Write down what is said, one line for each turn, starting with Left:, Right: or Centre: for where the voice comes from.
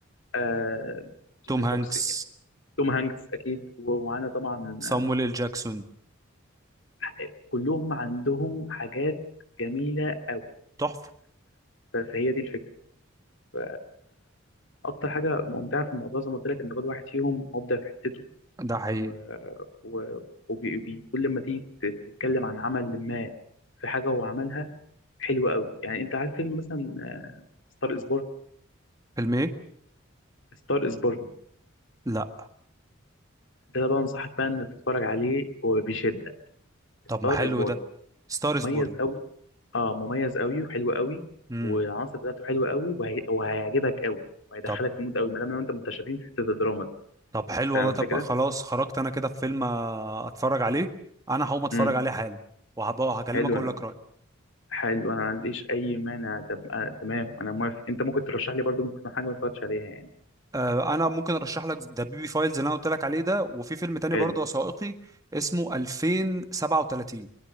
Left: آه، جيمي
Right: توم
Left: فوكس
Right: هانكس
Left: توم هانكس اكيد ومعانا طبعا
Right: صامويل ال جاكسون
Left: آه، كلهم عندهم حاجات جميله قوي
Right: تحفه
Left: فهي دي الفكره ف- اكتر حاجه ممتعه في الموضوع زي ما قلت لك ان كل واحد فيهم مبدع في حتته
Right: ده حقيقي
Left: و... و... وبي... وبي- كل ما تيجي ت- تتكلم عن عمل ما في حاجه هو عملها حلوه قوي يعني انت عارف فيلم مثلا ستار از بورن
Right: فيلم ايه
Left: ستار از بورن
Right: لا
Left: ده أنا بقى انصحك بقى انك تتفرج عليه وبشده
Right: طب
Left: ستار
Right: ما حلو
Left: از بورن
Right: ده ستارز
Left: مميز
Right: بورن
Left: قوي اه مميز قوي وحلو قوي
Right: امم
Left: والعناصر بتاعته حلوه قوي وهي... وهيعجبك قوي وهيدخلك
Right: طب
Left: في المود قوي ما دام لو انت متشابهين في حته الدراما دي
Right: طب حلو
Left: فاهم
Right: والله
Left: الفكره؟
Right: طب خلاص خرجت انا كده في فيلم آه، اتفرج عليه انا هقوم اتفرج
Left: امم
Right: عليه حالا وهبقى هكلمك
Left: حلو
Right: اقول لك رايي
Left: حلو انا ما عنديش اي مانع طب آه تمام انا موافق انت ممكن ترشح لي برضو ممكن تكون حاجه ما اتفرجتش عليها يعني
Right: آه، انا ممكن ارشح لك ذا بيبي فايلز اللي انا قلت لك عليه ده وفي فيلم تاني
Left: حلو
Right: برضه وثائقي اسمه 2037